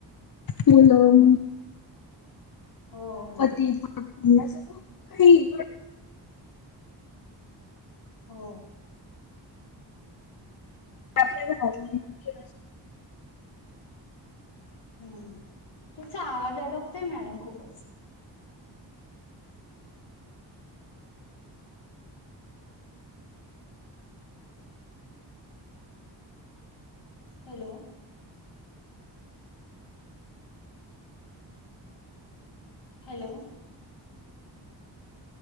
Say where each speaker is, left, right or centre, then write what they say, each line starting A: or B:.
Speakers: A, on the left; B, on the left.
A: मुलं.
B: हो
A: पती पत्नी असं <unintelligible>
B: हो.
A: आपल्या घरातले मुख्य
B: हम्, तुमचा आवाज अडकतोय मॅडम खूपच. हॅलो. हॅलो.